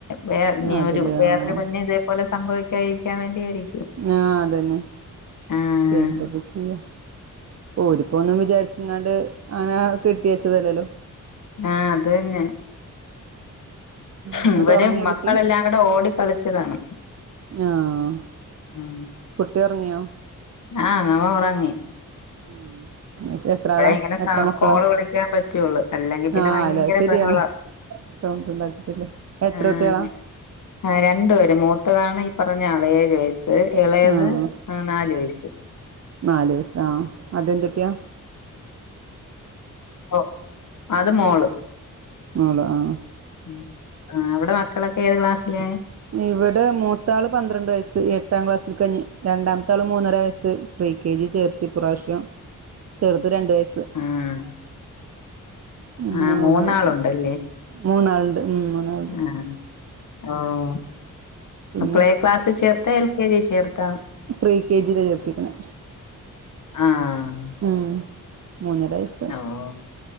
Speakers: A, on the left; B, on the right.
A: വേ ന്
B: അതില്
A: ഒരു വേറൊരുകുഞ്ഞ്
B: ആഹ്
A: ഇതേ. പോലെ സംഭവിക്കായിരിക്കാൻ വേണ്ടിയായിരി.
B: ആഹ് അതന്നെ.
A: ആഹ്
B: എന്തൊപ്പ ചെയ്യ. ഓരിപ്പോ ഒന്നും വിചാരിച്ച്ങ്ങാണ്ട് അങ്ങനെ കെട്ടിവെച്ചതല്ലല്ലോ.
A: ആഹ് അത് തന്നെ.
B: എന്നിട്ട്
A: ഇവര്
B: ഉറങ്ങിയോ
A: മക്കളെല്ലാം
B: കുട്ടി
A: കൂടെ ഓടി കളിച്ചതാണ്.
B: ആഹ്
A: ഉംഹ്.
B: കുട്ടി ഒറ്ങ്ങിയോ?
A: ആഹ് അവ ഒറങ്ങി.
B: ഉംഹ്. പക്ഷേ എത്രാളാ?
A: ഇങ്ങനെ സ
B: എത്ര മക്കളാ?
A: കോള് വിളിക്കാൻ പറ്റുള്ളൂ അല്ലെങ്കിൽ പിന്നെ
B: ആഹ്
A: ഭയങ്കര
B: അല്ല അഹ് ശരിയാണ്
A: ബഹള
B: സൗണ്ട് ഉണ്ടാക്കിയിട്ടില്ലെ എത്ര
A: ആഹ്
B: കുട്ടിയളാ?
A: ആഹ് രണ്ടുപേര് മൂത്തതാണ് ഈ പറഞ്ഞ ആള് ഏഴു വയസ്സ് ഇളയത്
B: ആഹ്
A: നാലു വയസ്സ്
B: നാല് വയസ്സ് ആ അത് എന്തുട്ടിയാ?
A: ഉ അത് മോള്
B: മോള് ആഹ്
A: ഉം ആഹ് അവിടെ മക്കളൊക്കെ ഏത് ക്ലാസ്സില്?
B: ഇവിടെ മൂത്താള് പന്ത്രണ്ട് വയസ്സ് എട്ടാം ക്ലാസ്സിൽക്കാ ഇഞ് രണ്ടാമത്താള് മൂന്നര വയസ്സ് ഫ്രീ കെ ജി ചേർത്തി ഇപ്രാവിശ്യം ചെറുത് രണ്ട് വയസ്സ്
A: ആഹ്
B: അങ്ങനെ
A: ആഹ്
B: മൂന്നാള്
A: മൂന്നാളുണ്ടല്ലേ
B: മൂന്നാള്ണ്ട് ഉം മൂന്നാളുണ്ട്
A: ആഹ് ഓഹോ
B: പിന്നെ
A: ആ പ്ലേ ക്ലാസ് ചേർത്തോ? എൽ കെ ജി ചേർത്താ?
B: പ്രീ കെ ജിയില ചേർത്തിക്കണേ
A: ആഹ്
B: ഉം മൂന്നര വയസ്സ്
A: ഓഹ്